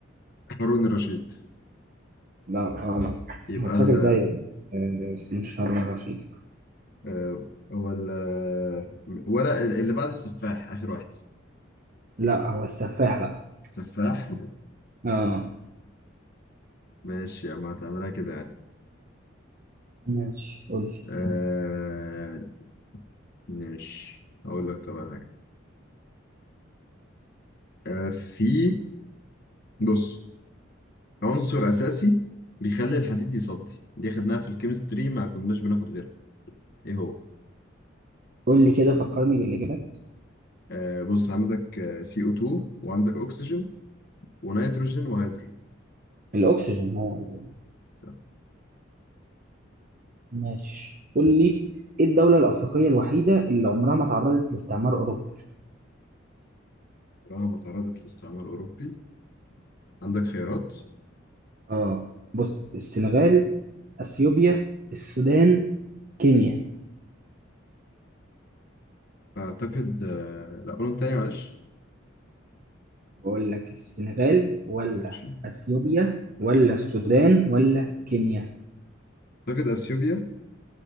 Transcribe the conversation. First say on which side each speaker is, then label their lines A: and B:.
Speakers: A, on the left (about 50°); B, on the right (about 45°).
A: هارون الرشيد
B: لا غلط
A: يبقى
B: هو فاكر
A: ال
B: زيك آه، بس مش هارون الرشيد
A: آه، هو ال آه، ولا ال- اللي بعد السفاح آخر واحد
B: لا هو السفاح بقى
A: السفاح
B: اه
A: ماشي يا عم هتعملها كده يعني
B: ماشي قول لي
A: آه ماشي هقول لك طبعا حاجة آه في بص عنصر أساسي بيخلي الحديد يصدي دي خدناها في الكيمستري ما كناش بناخد غيرها إيه هو؟
B: قول لي كده فكرني بالإجابات
A: آه بص عندك سي او 2 وعندك أكسجين ونيتروجين وهيدروجين
B: الأكسجين هو ال-
A: صح
B: ماشي قول لي إيه الدولة الأفريقية الوحيدة اللي عمرها ما تعرضت لاستعمار أوروبي
A: رغم تعرضت للاستعمار الأوروبي عندك خيارات
B: اه بص السنغال اثيوبيا السودان كينيا
A: أعتقد آه لا قولهم تاني معلش
B: بقول لك السنغال ولا
A: ماشي
B: اثيوبيا ولا السودان ولا كينيا
A: أعتقد أثيوبيا